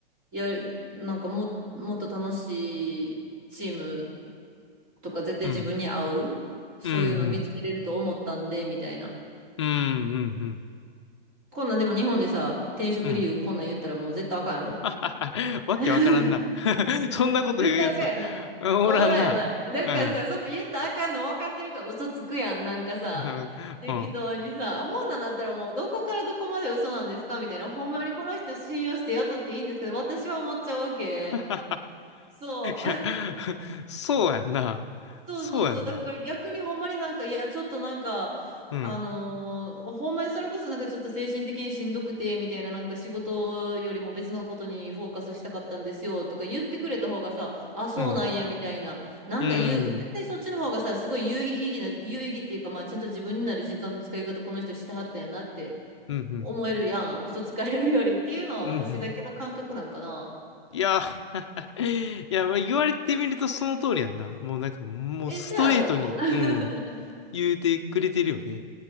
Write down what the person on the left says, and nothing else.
うん。
うん。
うん。うん。うんうん
うん <laughs> わけわからんな。
<laughs> そんなこと言うやつ、
おらんな。
うん。
うん。<laughs>
うん。
<laughs> い
や、そうやんな。
そうやんな。
うん、
うん、
うん、
うん、うん、
うん。いや、<laughs> いや、まあ、言われてみるとその通りやんな。もうなんか、もうストレートに、
うん、言うてくれてるよね。